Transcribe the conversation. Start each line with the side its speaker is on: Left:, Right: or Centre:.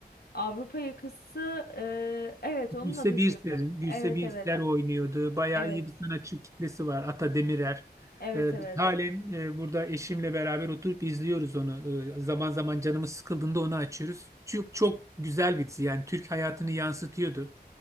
Left: Avrupa Yakası e, evet onu
Right: Gülse
Left: da biliyorum.
Right: Birsel'in, Gülse
Left: Evet
Right: Birsel
Left: evet
Right: oynuyordu. Bayağı
Left: evet
Right: iyi bir sanatçı kitlesi var. Ata Demirer.
Left: evet
Right: Ee,
Left: evet.
Right: biz halen e, burada eşimle beraber oturup izliyoruz onu. Ee, zaman zaman canımız sıkıldığında onu açıyoruz. Çok, çok güzel bir dizi. Yani Türk hayatını yansıtıyordu.